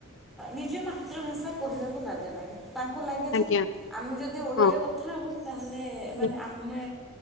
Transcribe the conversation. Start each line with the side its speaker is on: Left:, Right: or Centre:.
Centre: ନିଜ ମାତୃଭାଷା କହିବାକୁ ଲାଜ ଲାଗେ। ତାଙ୍କୁ ଲାଗେ ଯେ
Left: ଆଜ୍ଞା
Centre: ଆମେ ଯଦି ଓଡ଼ିଆରେ
Left: ହଁ
Centre: କଥା ହେବୁ ତାହେ ମାନେ
Left: ହୁଁ
Centre: ମାନେ ଆମେ